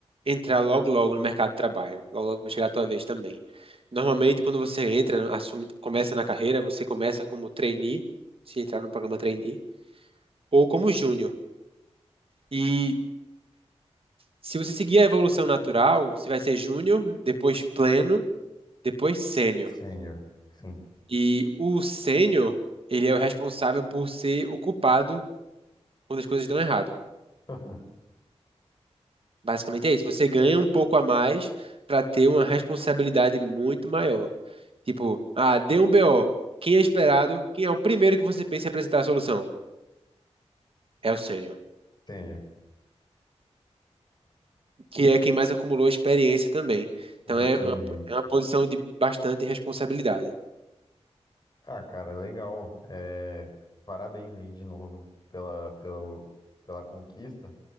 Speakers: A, on the right; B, on the left.
A: entrar logo logo no mercado de trabalho, logo logo vai chegar a tua vez também. Normalmente, quando você entra, assume, começa na carreira, você começa como trainee, se entrar no programa trainee, ou como júnior. E se você seguir a evolução natural, você vai ser júnior, depois pleno, depois sênior.
B: Sênior, sim.
A: E o sênior, ele é o responsável por ser o culpado quando as coisas dão errado.
B: <laughs>
A: Basicamente é isso. Você ganha um pouco a mais para ter uma responsabilidade muito maior. Tipo, ah, deu um BO. Quem é esperado? Quem é o primeiro que você pensa em apresentar a solução? É o sênior,
B: Sênior,
A: que é quem mais acumulou experiência também.
B: Ah,
A: Então
B: entendi.
A: é uma, é uma posição de bastante responsabilidade.
B: Ah, cara, legal. É, parabéns aí de novo pela, pela, pela conquista.